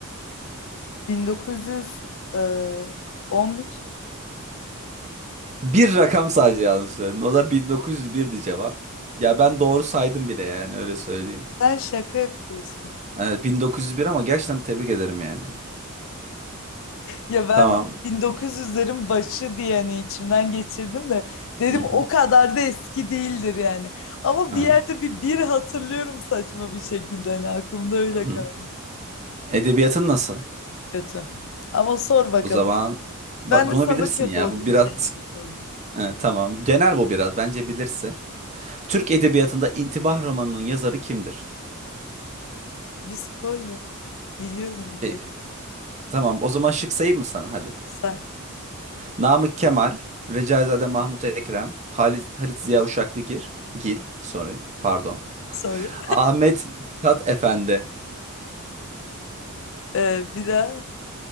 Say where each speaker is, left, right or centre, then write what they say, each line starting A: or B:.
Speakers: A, on the left; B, on the right.
A: 1911.
B: Bir rakam sadece yanlış söyledin. O da 1901'di cevap. Ya ben doğru saydım bile yani öyle söyleyeyim.
A: Sen şaka yapıyorsun.
B: Evet, 1901 ama gerçekten tebrik ederim yani.
A: Ya ben
B: Tamam.
A: 1900'lerin başı diye hani içimden geçirdim de dedim
B: Hı hı.
A: o kadar da eski değildir yani. Ama
B: Evet.
A: bir yerde bir bir hatırlıyorum saçma bir şekilde hani aklımda öyle
B: Hı hı.
A: kaldı.
B: Edebiyatın nasıl?
A: Kötü. Ama sor bakalım.
B: O zaman ba-
A: Ben de Bak
B: bunu
A: sana
B: bilirsin
A: kötü
B: ya.
A: olduğun
B: Bu biraz
A: şeyi sor.
B: Evet, tamam. Genel bu biraz. Bence bilirsin. Türk edebiyatında İntibah romanının yazarı kimdir?
A: Bir spoiler. Biliyorum galiba.
B: E, Tamam o zaman şık sayayım mı sana hadi.
A: Say.
B: Namık Kemal, Recaizade Mahmut Ekrem, Halit, Halit Ziya Uşaklıgil, Gil, sorry, pardon.
A: Sorry.
B: Ahmet Mithat Efendi,
A: Ee, bir daha